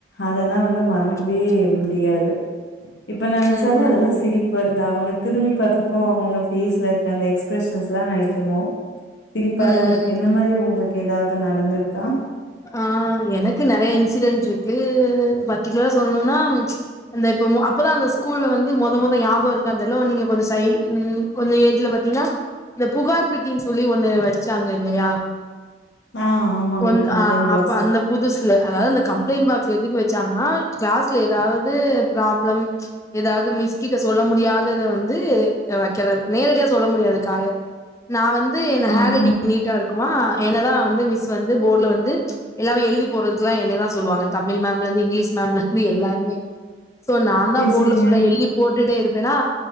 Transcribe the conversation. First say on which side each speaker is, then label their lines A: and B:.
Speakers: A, on the left; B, on the left.
A: அதெல்லாம் வந்து மறக்கவே
B: ஓகே
A: முடியாது இப்ப நினைச்சாலும்
B: ம் ம்
A: அதெல்லாம் சிரிப்பு வருது அவங்க திரும்பி பாத்தப்போ அவங்க ஃபேஸ்ல அந்த எக்ஸ்பிரஷன்ஸ் எல்லாம் நினைக்கவும் சிரிப்பா
B: ம்
A: தான் இருக்கு
B: ம்
A: இந்த மாரி உங்களுக்கு ஏதாவது நடந்திருக்கா
B: ஆஹ் எனக்கு நிறைய இன்சிடென்ட் இருக்கு பர்ட்டிகுலரா சொல்லணும்னா அந்த இப்ப அப்பதான் அந்த ஸ்கூல்ல வந்து முதல் முதல்ல ஞாபகம் இருக்கானு தெரில ஓ நீங்க கொஞ்சம் சைல்ட் உம் கொஞ்சம் ஏஜ்ல பாத்தீங்கன்னா இந்த புகார் பெட்டின்னு சொல்லி ஒண்ணு வச்சாங்க இல்லையா
A: ஆஹ் ஆமாங்க
B: ஒன்
A: கம்ப்ளைண்ட்
B: ஆ
A: பாக்ஸ்
B: அப்ப அந்த புதுசுல அதாவது அந்த கம்ப்ளைண்ட் பாக்ஸ் எதுக்கு வச்சாங்கனா கிலாஸ்ல ஏதாவது ப்ராபிளம் ஏதாவது மிஸ் கிட்ட சொல்ல முடியாததை வந்து வைக்கல நேரடியா சொல்ல முடியாததுக்காக நா வந்து என்
A: ஆ
B: ஹேண்ட் ரைட்டிங்
A: ஆ
B: நீட்டா இருக்குமா என்னதான் வந்து மிஸ் ஸு வந்து போர்டல வந்து எல்லாமே எழுதி போறதுக்கு எல்லாம் என்னய தான் சொல்லுவாங்க தமிழ் மேம்ல இருந்து இங்கிலீஷ் மேம்ல இருந்து எல்லாருமே சோ நான் தான்
A: சேரி
B: போர்ட்ல
A: சேரிங்க
B: ஃபுல்லா எழுதி போட்டுட்டே இருப்பேனா